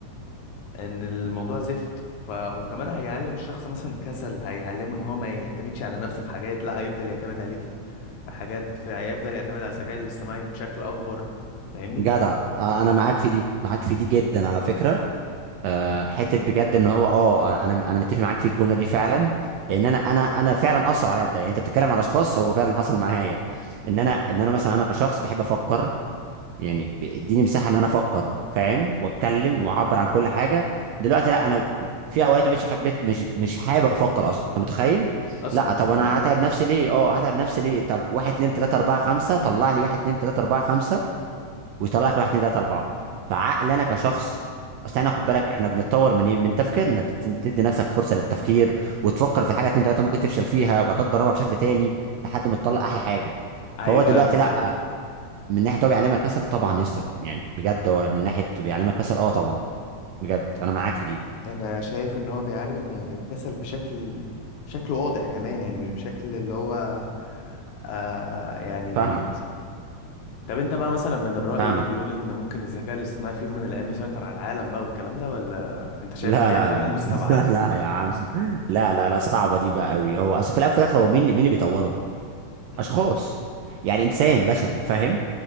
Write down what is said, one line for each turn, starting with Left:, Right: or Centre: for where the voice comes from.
Left: ان الموضوع زفت ف وكمان هيعلم الشخص مثلا كسل هيعلمه ان هو ما يعتمدش على نفسه في حاجات لا هيفضل يعتمد عليه في في حاجات في هيفضل يعتمد على الذكاء الاصطناعي بشكل اكبر فاهمني
Right: جدع آه، انا معاك في دي معاك في دي جدا على فكره آه، حته بجد ان هو اه انا انا متفق معاك في الجمله دي فعلا لان انا انا انا فعلا اثر عليا بدايه يعني انت بتتكلم على اشخاص هو فعلا حصل معايا ان انا ان انا مثلا انا كشخص بحب افكر يعني بيديني مساحه ان انا افكر فاهم واتكلم واعبر عن كل حاجه دلوقتي لا انا في اوقات مش حبيت مش مش حابب افكر اصلا انت متخيل
Left: اصلا
Right: لا طب انا هتعب نفسي ليه اه هتعب نفسي ليه طب واحد اتنين تلاته اربعه خمسه طلع لي واحد اتنين تلاته اربعه خمسه ويطلع لك واحد اتنين تلاته اربعه فعقل انا كشخص اصل احنا خد بالك احنا بنتطور منين من تفكيرنا تت- تدي نفسك فرصه للتفكير وتفكر في الحاجه اتنين تلاته ممكن تفشل فيها وبعد كده تجربها بشكل تاني لحد ما تطلع احلى حاجه
Left: ايوه
Right: فهو دلوقتي
Left: بالظبط
Right: لا من ناحيه هو بيعلمك كسل طبعا يا اسطى يعني بجد هو من ناحيه بيعلمك كسل اه طبعا بجد انا معاك في دي
Left: انا شايف ان هو بيعلم يعني الكسل بشكل بشكل واضح كمان يعني مش بشكل اللي هو آه يعني
Right: فاهمك
Left: طب انت بقى مثلا من الرأي
Right: فاهمك
Left: اللي بيقول ان ممكن الذكاء الاصطناعي في يوم من الايام يسيطر على العالم بقى والكلام ده ولا انت شايف
Right: لا
Left: ان هي
Right: لا
Left: حاجة
Right: لا لا
Left: <laughs>
Right: <laughs> لا لا يا عم لا لا لا صعبه دي بقى قوي هو اصل في الاول وفي الاخر هو مين اللي مين اللي بيطوره
Left: مستبعدة
Right: اشخاص يعني انسان بشري فاهم